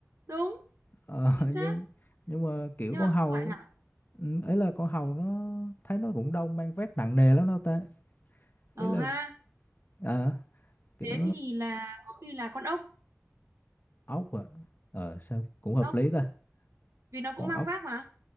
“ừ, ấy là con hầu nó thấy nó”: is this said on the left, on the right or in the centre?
Left